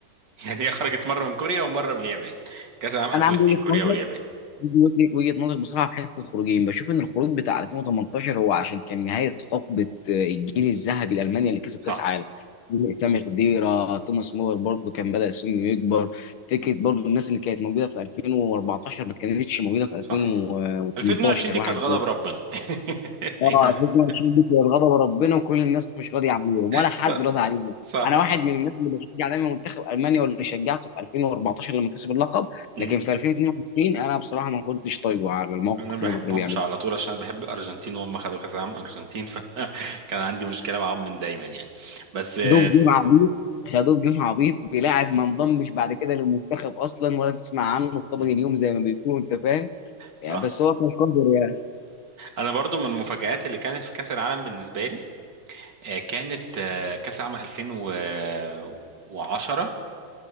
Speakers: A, on the right; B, on the left.
A: <laughs> يعني هي خرجت مره من كوريا ومره من اليابان كاس العالم 2002
B: انا عندي وجهه
A: كوريا
B: نظر
A: واليابان
B: دي وجه- وجهه نظر بصراحه في حته الخروجين بشوف ان الخروج بتاع 2018 هو عشان كان نهايه حقبه آه، الجيل الذهبي الالماني اللي كسب
A: صح
B: كاس عالم سامي خضيره توماس مولر برضو كان بدا سنه يكبر فكره برضو الناس اللي كانت موجوده في 2014 ما كانتش موجوده في 2018
A: صح 2022 دي
B: واحد
A: كانت غضب ربنا <laughs>
B: اه الفتنه بتشوف بك غضب ربنا وكل الناس مش راضيه عليهم ولا حد
A: صح
B: راضي عليهم
A: صح
B: انا واحد من الناس اللي بشجع دايما منتخب المانيا واللي شجعته في 2014 لما كسب اللقب
A: صح
B: لكن في 2022 انا بصراحه ما كنتش طايقه على الموقف
A: انا ما
B: اللي
A: بحبهمش
B: هم كانوا بيعملوه
A: على طول عشان بحب الارجنتين وهم خدوا كاس العالم ارجنتين <laughs> فكان عندي مشكله معاهم من دايما يعني بس آه،
B: خدوه بجيم عبيط خدوه بجيم عبيط بلاعب ما انضمش بعد كده للمنتخب اصلا ولا تسمع عنه في طبق
A: مم،
B: اليوم زي ما بيكونوا انت فاهم
A: صح
B: يعني بس هو كان قادر يعني
A: انا برضو من المفاجآت اللي كانت في كاس العالم بالنسبه لي آه، كانت آه، كاس العالم 2010